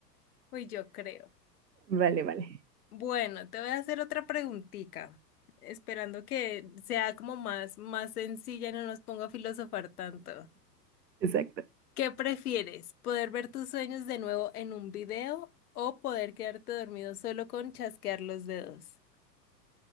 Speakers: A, on the left; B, on the right.
A: Pues yo creo.
B: Vale, vale,
A: Bueno, te voy a hacer otra preguntita, esperando que sea como más, más sencilla y no nos ponga a filosofar tanto.
B: exacto.
A: ¿Qué prefieres? ¿Poder ver tus sueños de nuevo en un video o poder quedarte dormido solo con chasquear los dedos?